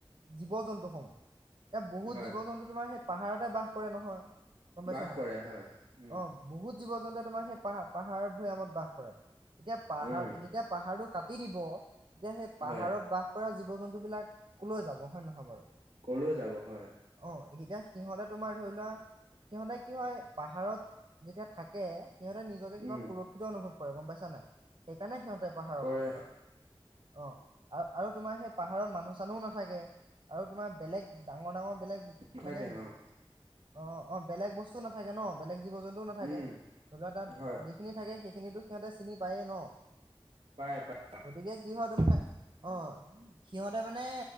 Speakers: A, on the right; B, on the right.
A: জীৱ, জন্তুসমূহ এতিয়া বহুত
B: হয়
A: জীৱ, জন্তু তোমাৰ সেই পাহাৰতে বাস কৰে নহয় গম পাইছা
B: বাস
A: নাই?
B: কৰে হয় উম,
A: অ বহুত জীৱ জন্তুৱে তোমাৰ সেই পাহাৰ পাহাৰ ভৈয়ামত বাস কৰে, এতিয়া পাহাৰ
B: উম
A: যেতিয়া পাহাৰটো কাটি দিব তেতিয়া সেই পাহাৰত
B: হয়
A: বাস কৰা জীৱ জন্তু বিলাক কলৈ যাব হয় নহয় বাৰু।
B: ক'লৈ যাব হয়।
A: অ এতিয়া সিহঁতে তোমাৰ ধৰি লোৱা সিহঁতে কি হয় পাহাৰত যেতিয়া থাকে সিহঁতে নিজকে কিবা
B: উম
A: সুৰক্ষিত অনুভৱ কৰে গম পাইছা নাই, সেইকাৰণে সিহঁতে পাহাৰত
B: কৰে
A: থাকে অ, আৰু আৰু তোমাৰ সেই পাহাৰত মানুহ চানু নাথাকে আৰু তোমাৰ বেলেগ ডাঙৰ ডাঙৰ বেলেগ
B: নাথাকে
A: মানে
B: অ',
A: অ', অ, বেলেগ বস্তুও নাথাকে ন' বেলেগ জীৱ জন্তুও নাথাকে
B: উম
A: ধৰি লোৱা তাত
B: হয়
A: যিখিনি থাকে সেই সেই খিনিটো সিহঁতে চিনি পায়েই ন'
B: পায় পায়
A: গতিকে কি হয় তোমাৰ অ', সিহঁতে মানে